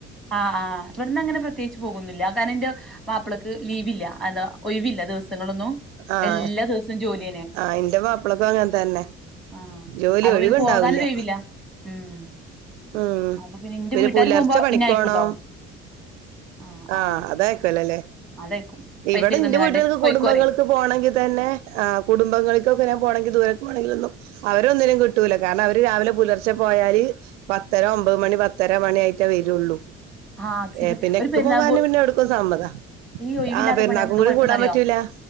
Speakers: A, in the centre; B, on the right.
A: ആഹ് ആഹ് ഇവടെന്ന് അങ്ങനെ പ്രത്യേകിച്ച് പോകുന്നില്ലാ കാരണം എന്റെ മാപ്പിളക് ലീവില്ല അത ഒഴിവില്ല ദിവസങ്ങളൊന്നും
B: ആഹ്
A: എല്ലാ ദിവസവും ജോലി
B: ആഹ് ഇന്റെ മാപ്പളക്കു അങ്ങൻതന്നെ
A: ആ
B: ജോലി
A: അപ്പൊ
B: ഒഴിവ്ണ്ടാവ്
A: പിന്നെ പോകാനൊരു
B: ല്യ.
A: ഒഴിവില്ല ഉം
B: ഉം
A: അപ്പൊ പിന്നെ ഇന്റെ
B: ഒരു
A: വീട്ടാര്
B: പുലർച്ചെ
A: പോകുമ്പോ
B: പണിക്കോണംോ
A: ഇന്നെ അയക്കൂട്ടോ ആ
B: ആഹ്
A: ആ
B: അതായക്കോലല്ലേ?
A: അതയക്കും
B: ഇവിടെ
A: പൈസക്കെ
B: ഇന്റെ
A: തന്ന്കാണ്ട്
B: വീട്ടുകൾക്ക് കുടുംബങ്ങൾക്ക്
A: പൊയ്ക്കോ പറയും
B: പോണെങ്കിൽ തന്നെ ആ കുടുംബങ്ങൾക്കൊക്കെ ഞാൻ പോണെങ്കിൽ ദൂര ണെങ്കിലൊന്നും അവര ഒന്നിനും കിട്ടൂല. കാരണം അവര് രാവിലെ പുലർച്ചെ പോയാല്. പത്തര ഒമ്പത് മണി പത്തര മണി ആയിട്ടേ വെരുള്ളൂ.
A: ആ അത് ശരി
B: ഏ പിന്നെ
A: ഒരു
B: ഇക്കെ
A: പെരുന്നാൾകൂ
B: പോക പിന്നെ എവിടുക്കും സമ്മത.
A: ഈ ഒഴിവില്ലാത്ത
B: ആഹ് പെരുന്നാക്കും
A: പണിയാവുമ്പോ എന്താ
B: കൂടി
A: കുഴപ്പന്നറിയോ
B: കൂടാൻ പറ്റൂല്ലാ.